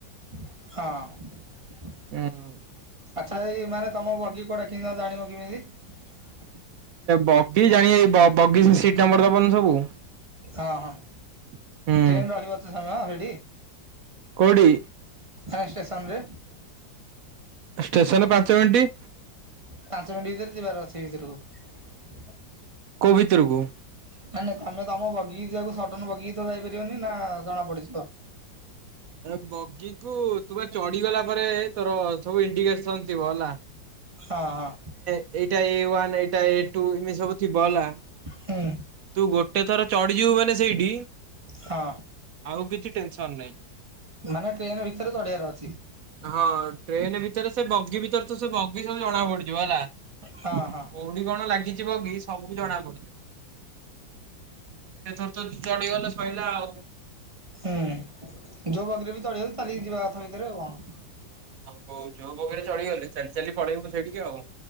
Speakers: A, on the right; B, on the right.
A: ହଁ।
B: ହୁଁ।
A: ଆଚ୍ଛା ଏଇ ମାନେ ତମ ଭଗୀ କୋଆଟେ କି ଜାଣିବ କେମିତି?
B: ବଗି ଜାଣ ବଗିଚ ସିଟ ନମ୍ବର ଦବନି ସବୁ
A: ହଁ ହଁ
B: ହୁଁ।
A: ଟ୍ରେନ ରହିବତ ସମୟ ରେଡ଼ି
B: କୋଉଡି?
A: ଆଏ ଷ୍ଟେସନରେ।
B: ଷ୍ଟେସନରେ ପାଞ୍ଚ ମିନିଟ୍
A: ପାଞ୍ଚ ମିଣ୍ଟି ଭିତରେ ଯିବାର ଅଛି ଭିତରକୁ।
B: କୋ ଭିତୋରକୁ
A: ନାଇଁ ନାଇଁ ତମେ ତମ ବଗିି ଯିବାକୁ ସଡନ ବଗିି ତ ଯାଇପାରିବନି ନା ଜଣା ପଡିଯିବ।
B: ଏ ବଗିକୁ ତୁମେ ଚଢିଗଲା ପରେ ତୋର ସବୁ ଇଡିିକେସନ ଥିବ ହେଲା।
A: ହଁ ହଁ।
B: ଏଇଟା ଏ ୱାନ୍ ଏଇଟା ଏ ଟୁ ଏମିତି ସବୁଥିବ ହେଲା।
A: ହୁଁ
B: ତୁ ଗୋଟେ ଥର ଚଢିଯିବୁ ମାନେ ସେଇଠି
A: ହଁ।
B: ଆଉ କିଛି ଟେନସନ ନାହିଁ।
A: ମାନେ ଟ୍ରେନ ଭିତରେ ଚଢିବାର ଅଛି।
B: ହଁ ଟ୍ରେନ ଭିତରେ ସେ ବଗି ଭିତରେ ତ ସେ ବଗି ସବୁ ଜଣା ପଡିଯିବ ହେଲା।
A: ହଁ
B: କୋଉଠି
A: ହଁ
B: କଣ ଲାଗିଯିବ କି ସବୁ ଜଣା ପଡୁଛ। ସେଥର ତ ଚଡିଗଲେ ଶଇଲା ଆଉ।
A: ହୁଁ ଯୋଉ ବଗିରେ ବି ଚଳିଗଲେ ଚାଲିକି ଯିବା କଥା ଭିତରେ ଆଉ କଣ?
B: ହୋଉ ଯୋଉ ବଖରେ ଚଳିଗଲେ ଚାଲି ଚାଲି ପଳେଇବୁ ସେଇଟିକି ଆଉ।